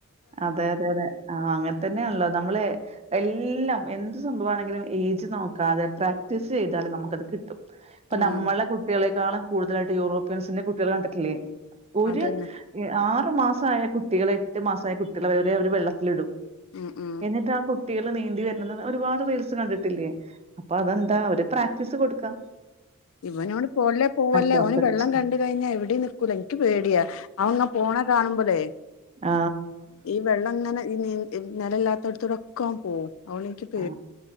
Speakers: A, on the right; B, on the left.
A: അതെ അതെ അതെ ആ അങ്ങനെ തന്നെയാണല്ലോ നമ്മളെ എല്ലാം എന്തുസംഭവമാണെങ്കിലും ഏജ് നോക്കാതെ പ്രാക്ടീസ് ചെയ്താലും നമുക്കത് കിട്ട് ഇപ്പൊ
B: ആഹ്
A: നമ്മളെ കുട്ടികളെക്കാളും കൂടുതലായിട്ട് യൂറോപ്യൻസിന്റെ കുട്ടികള് കണ്ടിട്ടില്ലേ. ഒരു
B: അതന്നെ
A: ആറുമാസായ കുട്ടികളെ എട്ടുമാസായ കുട്ടികളെ വരെ അവര് വെള്ളത്തിലിടും
B: ഉം ഉം
A: എന്നിട്ട് ആ കുട്ടികള് നീന്തി വരുന്നത് ഒരുപാടു റീൽസ് കണ്ടിട്ടില്ലേ അപ്പൊ അതെന്താ അവര് പ്രാക്ടീസ് കൊടുക്കാ
B: ഇവനോട് പോവല്ലേ പോവല്ലേ
A: പെർഫെക്റ്റ്
B: ഓന് വെള്ളം കണ്ടുകഴിഞ്ഞാ എവിടേയും നിക്കൂല എനിക്കുപേടിയാ അവനെന്നാ പോണ കാണുമ്പഴേ
A: ആ
B: ഈ വെള്ളം ഇങ്ങനെ ഈ നി നെലയില്ലാത്തടത്തോടെക്കെ അവൻ പോകും അതുകൊണ്ടെനിക്ക്
A: ആ